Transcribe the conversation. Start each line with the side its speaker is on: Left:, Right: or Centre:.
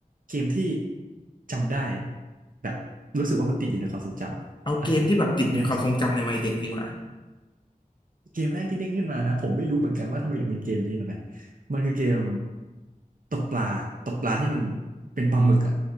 Right: เกมที่จำได้แบบรู้สึกว่ามันติดอยู่ในความทรงจำก็คือต้องแยกมาใช่
Left: เอาเกมที่แบบติดอยู่ในความทรงจำในวัยเด็กดีกว่า
Right: เกมแรกที่เด้งขึ้นมานะผมไม่รู้เหมือนกันว่าทำไมถึงเป็นเกมนี้เหมือนกันมันคือเกมตกปลาตกปลาที่มันเป็นปลาหมึกอ่ะ